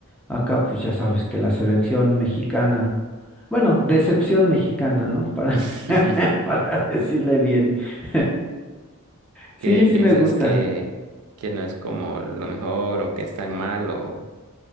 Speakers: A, in the centre; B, on the right.
A: Acá, pues ya sabes que la selección mexicana, bueno, decepción mexicana, ¿no? Para,
B: <laughs>
A: <laughs> para decirle bien. <laughs> Sí,
B: ¿Qué
A: sí
B: piensas
A: me gusta.
B: que, que no es como lo mejor o que es tan mal o